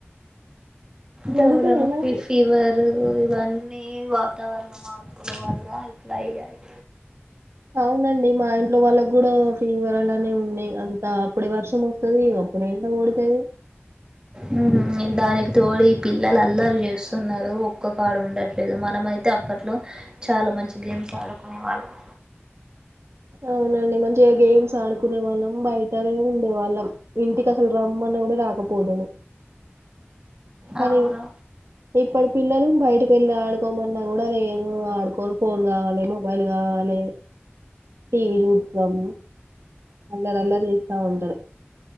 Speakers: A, on the right; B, on the right.
A: దవుడ
B: ఎందుకు
A: నొప్పి
B: ఏమైంది
A: ఫీవర్ ఇవన్నీ వాతావరణ మార్పుల వల్ల ఇట్లా అయ్యాయి
B: అవునండి మా ఇంట్లో వాళ్ళకి కూడా ఫీవర్ అలానే ఉన్నాయి అంతా అప్పుడే వర్షం వస్తుంది అప్పుడే ఎండ కొడతది
A: మ్మ్ దానికి తోడి పిల్లలు అల్లరు చేస్తున్నారు ఒక్కో కాడు ఉండట్లేదు మనమ అయితే అప్పట్లో చాలా మంచి గేమ్స్ ఆడుకునే వాళ్ళం
B: అవునండి మంచిగా గేమ్స్ ఆడుకునే వాళ్ళం బయటనే ఉండే వాళ్ళం ఇంటికి అసలు రమ్మన్న కూడా రాకపోదుము కానీ
A: అవును
B: ఇప్పడికి పిల్లలు బయటకి వెళ్ళి ఆడుకోమన్నా కూడ లేదు ఆడుకో పోన్ ఫోన్ కావాలి మొబైల్ కావాల్ కాలే టీవీ చూత్తం అల్లర అల్లరి చేస్తా ఉంటారు